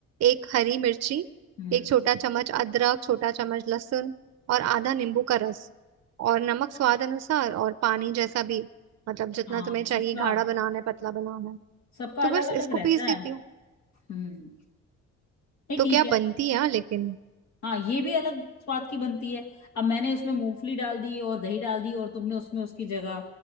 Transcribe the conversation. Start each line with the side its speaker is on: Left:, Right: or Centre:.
Right: एक हरी मिर्ची
Left: हम्म
Right: एक छोटा चम्मच अदरक छोटा चम्मच लहसुन और आधा नींबू का रस और नमक स्वाद अनुसार और पानी जैसा भी मतलब जितना
Left: हाँ
Right: तुम्हें चाहिए
Left: सबका
Right: गाढ़ा बनाना है पतला बनाना है
Left: सबका
Right: तो
Left: अलग
Right: बस इसको
Left: अलग रहता
Right: पीस देती
Left: है
Right: हूँ
Left: हम्म नहीं
Right: तो
Left: ठीक
Right: क्या
Left: है
Right: बनती है हाँ, लेकिन
Left: हाँ ये भी अलग स्वाद की बनती है अब मैंने उसमें मूंगफली डाल दी और दही डाल दी और तुमने उसमें उसकी जगह